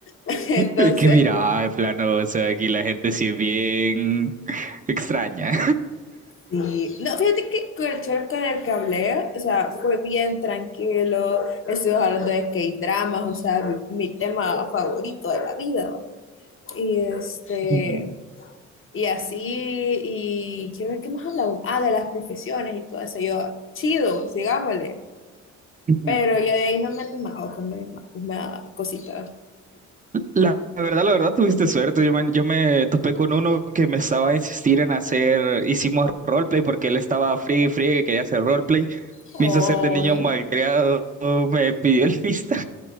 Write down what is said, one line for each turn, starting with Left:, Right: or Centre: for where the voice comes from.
Left: <laughs> Entonces,
Right: Es que mira, de plano, o sea, aquí la gente sí es bien extraña.
Left: sí, no, fíjate que con el chero con el que hablé, o sea, fue bien tranquilo, estuvimos hablando de que hay dramas, o sea, mi, mi tema favorito de la vida, va. Y este,
Right: <laughs> Ujú,
Left: y así, y quiero ver qué más hablamos, ah, de las profesiones y todo eso, yo, chido, sigámosle.
Right: ujú.
Left: Pero ya de ahí no me he animado con la mapas, me cosita.
Right: La la verdad, la verdad, tuviste suerte. Yo me, yo me topé con uno que me estaba a insistir en hacer, hicimos roleplay porque él estaba friegue y friegue que quería hacer roleplay.
Left: Ay,
Right: Me hizo ser de niño malcriado, me pidió el <laughs> lista.